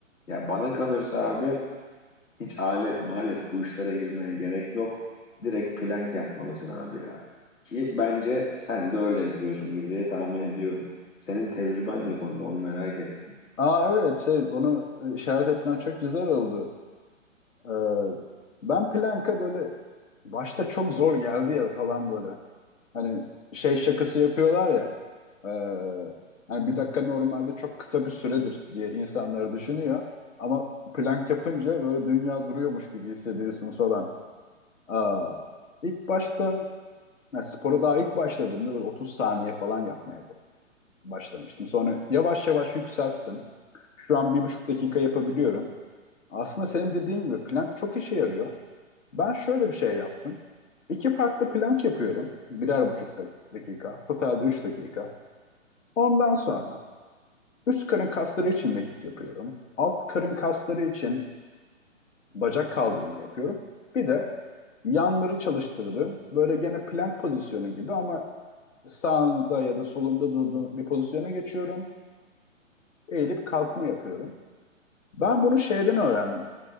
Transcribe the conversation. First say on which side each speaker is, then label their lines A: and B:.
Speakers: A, on the left; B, on the left.
A: Ya bana kalırsa abi hiç alet malet bu işlere girmeye gerek yok. Direkt plank yapmalısın abi ya. Ki bence sen de öyle yapıyorsundur diye tahmin ediyorum. Senin tecrüben ne konuda onu merak ettim.
B: Aa evet şey onu e, işaret etmen çok güzel oldu. Ee, ben planka böyle başta çok zor geldi ya falan böyle. Hani şey şakası yapıyorlar ya. e, hani bir dakika normalde çok kısa bir süredir diye insanlar düşünüyor. Ama plank yapınca böyle dünya duruyormuş gibi hissediyorsunuz falan. Aa, ilk başta yani spora daha ilk başladığımda böyle 30 saniye falan yapmaya başlamıştım. Sonra yavaş yavaş yükselttim. Şu an bir buçuk dakika yapabiliyorum. Aslında senin dediğin gibi plank çok işe yarıyor. Ben şöyle bir şey yaptım. İki farklı plank yapıyorum. Birer buçuk dak- dakika. Totalde üç dakika. Ondan sonra üst karın kasları için mekik yapıyorum. Alt karın kasları için bacak kaldırma yapıyorum. Bir de yanları çalıştırdım. Böyle gene plank pozisyonu gibi ama sağında ya da solunda durduğum bir pozisyona geçiyorum. Eğilip kalkma yapıyorum. Ben bunu şeyden öğrendim.